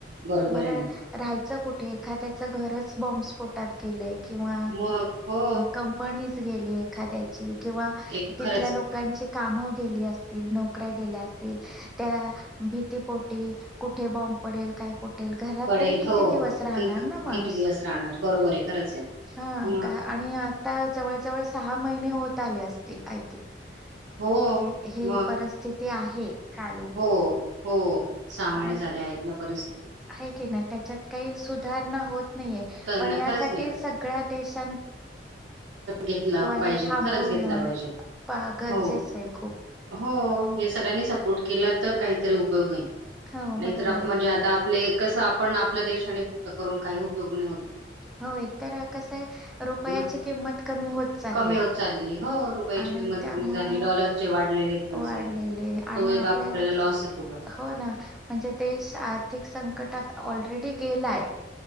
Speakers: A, on the right; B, in the centre.
A: बरोबर
B: बर
A: आहे
B: राहंय
A: ना
B: च कुठे एखाद्याच घरच बॉम्बस्फ़ोटात गेलंय किंवा
A: मग हो
B: कंपनी गेलीय एखाद्याची किंवा
A: एक
B: तिथल्या
A: खरंच
B: लोकांची
A: आहे
B: काम गेली असतील नोकऱ्या गेल्या असतील त्या भीतीपोटी कुठे बॉम्ब पडेल काय कुठे वाटेल घरात
A: पडेल
B: तरी किती
A: हो
B: दिवस राहणार
A: क क
B: ना माणूस.
A: किती दिवस राहणार बरोबर आहे खरंच आहे
B: हा
A: मग
B: काय आणि आता जवळजवळ सहा महिने होत आले असतील आय थिंग.
A: हो
B: कि हे
A: मग
B: परिस्थिती आहे चालू.
A: हो हो, सहा महिने
B: आ
A: झाले आहेत ना परिस
B: आहे की नाही त्याच्यात काही सुधारणा होत नाहीये
A: तर
B: पण
A: नाही
B: यासाठी
A: खरंच नाही
B: सगळ्या देश
A: घेतला पाहिजेल
B: हे थांबवणं
A: खरंच घेतला पाहिजेल
B: पा गरजेचं
A: हो.
B: आहे खूप
A: हो हे सगळ्यांनी सपोर्ट केला तर काहीतरी उपयोग होईल,
B: हो
A: नाहीतर
B: बरोबर आहे
A: म्हणजे आता आपले कसं आपण आपल्या देशाने <unintelligible> करून काही उपयोग नाही होत.
B: हो एक तर कसं आहे रूप रूपयाची
A: मग
B: किंमत कमी होत चालले
A: कमी होत चालली हो रुपयाची
B: आणि
A: किंमत
B: त्यामूळ
A: कमी झाली डॉलरचे वाढलेले आहेत पैसे
B: वाढलेले आणि
A: तो एक
B: आपल्याला
A: लॉस
B: कसं
A: आहे खूपच
B: हो ना म्हणजे देश आर्थिक संकटात ऑलरेडी गेलाय.